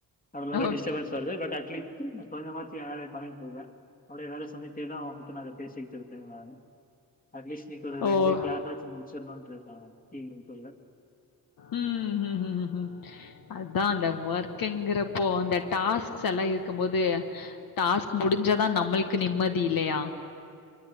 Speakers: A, on the left (about 25°); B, on the left (about 70°).
A: அதனாலதா
B: ஓகே.
A: டிஸ்டபன்ஸ் வருது பட் ஆக்சுலி ம் கொஞ்சமாச்சு வேலய பண்ணிட்டு இருக்கறே அப்டியே வேல செஞ்சிட்டேதா உங்கள கூப்ட்டு நா இத பேசிட்ருக்கே நானு அட்லீஸ்ட் இன்னக்கி ஒரு
B: ஓ!
A: ரெண்டு கிளாத்தாச்சு முடிச்சிரணுட்ருக்கே நானு ஈவினிங்க்குள்ள
B: ம் ஹும் ஹும் ஹும் ஹும் அதா அந்த ஒர்க்குங்குறப்போ அந்த டாஸ்க்ஸ் எல்லா இருக்கும் போது டாஸ்க் முடிஞ்சாதா நம்மளுக்கு நிம்மதி இல்லையா